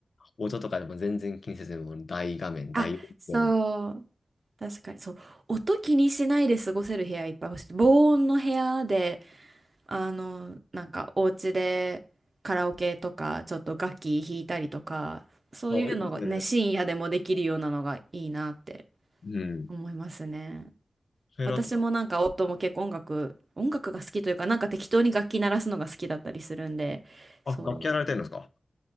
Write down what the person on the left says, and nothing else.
音とかでも全然気にせずに、もう大画面、
大音量。
あ、いいですね。
うん。
それだったら、
あ、
楽器やられてるんですか